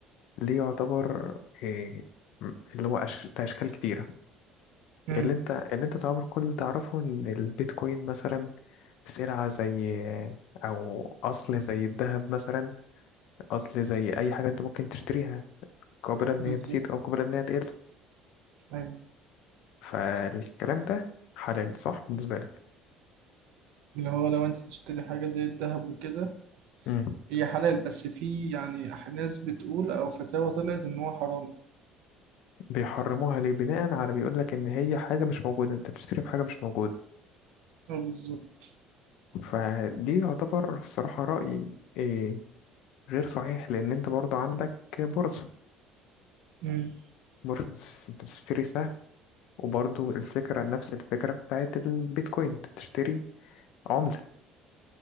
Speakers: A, on the left; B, on the right.
A: ليه يعتبر إيه م- اللي هو أش... ده اشكال كتيرة
B: مم.
A: اللي انت اللي انت تعتبر كل اللي تعرفه ان البيتكوين مثلا سلعة زي او اصل زي الذهب مثلا اصل زي اي حاجة انت ممكن تشتريها قابلة ان
B: بالظبط
A: هي تزيد او قابلة ان هي تقل
B: ايوه
A: فالكلام ده حلال صح بالنسبة
B: اللي هو لو انت تشتري حاجه زي الذهب وكده
A: لك؟
B: هي حلال بس في يعني ناس بتقول او فتاوى طلعت ان هو حرام
A: بيحرموها ليه بناء على بيقول لك ان هي حاجه مش موجوده انت بتشتري في حاجه مش موجوده
B: اه بالظبط
A: فدي يعتبر الصراحه رايي إيه غير صحيح لان انت برضو عندك بورصه
B: مم.
A: بورصه بس- انت بتشتري سهم وبرضو الفكره نفس الفكره بتاعت البيتكوين انت بتشتري عمله